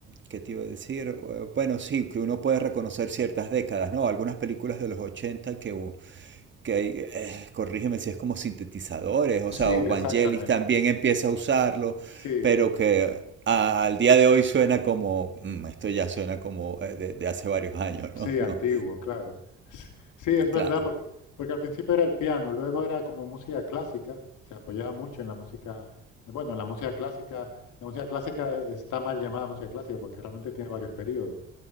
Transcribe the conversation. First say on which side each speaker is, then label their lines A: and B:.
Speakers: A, on the right (about 40°); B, on the left (about 80°).
A: ¿qué te iba a decir? Eh, Bueno, sí, que uno puede reconocer ciertas décadas, ¿no? Algunas películas de los 80 que, u- que hay, eh, corrígeme si es como sintetizadores, o
B: sí,
A: sea, o
B: exactamente.
A: Vangelis también empieza a usarlo,
B: Sí,
A: pero
B: sí.
A: que a- al día de hoy suena como, "Mm, esto ya suena como eh, de, de hace varios años,
B: Sí,
A: ¿no? <laughs>
B: antiguo,
A: No,
B: claro. S- Sí, es
A: claro,
B: verdad, porque, porque al principio era el piano, luego era como música clásica, se apoyaba mucho en la música, eh, bueno, en la música clásica, la música clásica está mal llamada música clásica porque realmente tiene varios periodos,